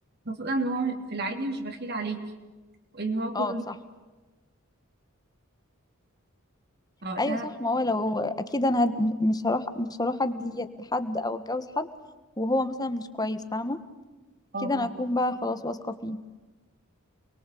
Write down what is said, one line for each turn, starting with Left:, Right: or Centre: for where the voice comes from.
Right: خصوصا ان هو في العادي مش بخيل عليكي وان هو كله
Left: اه
Right: ليه
Left: صح
Right: وقتها
Left: ايوه صح ما هو لو اكيد انا هد... مش هروح مش هروح ادي لحد او اتجوز حد وهو مثلا مش كويس فاهمه
Right: اه
Left: كده
Right: فاهمة.
Left: انا اكون بقى خلاص واثقه فيه